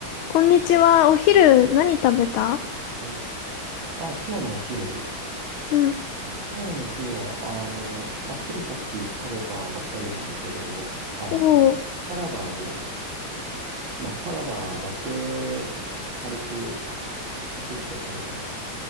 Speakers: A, on the left; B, on the right.
A: こんにちは。お昼何食べた
B: はいあ、今日のお昼。
A: うん。
B: 今日のお昼は、あの、まあ、ついさっき食べたばっかりなんだけど、あの、
A: おー
B: サラダを、まあ、サラダだけ軽く作って食べたよ。